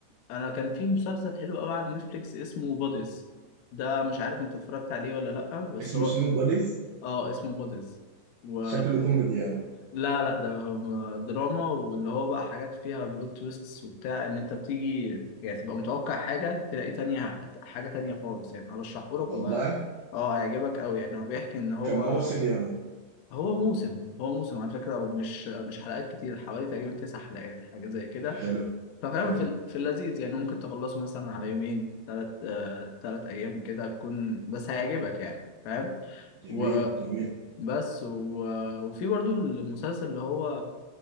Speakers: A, on the left; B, on the right.
A: انا كان في مسلسل حلو قوي على نتفليكس اسمه بوديز ده مش عارف انت اتفرجت عليه ولا لأ بس
B: اسمه
A: هو
B: شنو بوديز
A: اه اسمه بوديز و
B: شكله كوميدي يا مان
A: لا لا ده هو دراما واللي هو بقى حاجات فيها بلوت تويستس وبتاع ان انت بتيجي يعني تبقى متوقع حاجة تلاقي تانية حاجة تانية خالص يعني ارشحه لك
B: والله
A: والله اه هيعجبك قوي يعني هو بيحكي ان هو
B: كم موسم يا مان
A: هو موسم هو موسم على فكرة ومش مش حلقات كتير حوالي تقريبا تسع حلقات حاجة زي كده
B: حلو
A: ففاهم
B: حلو
A: في ال- في اللذيذ يعني ممكن تخلصه مثلا على يومين ثلاث آه ثلاث ايام كده تكون بس هيعجبك يعني فاهم
B: جميل
A: و...
B: جميل
A: بس و... وفي برضو المسلسل اللي هو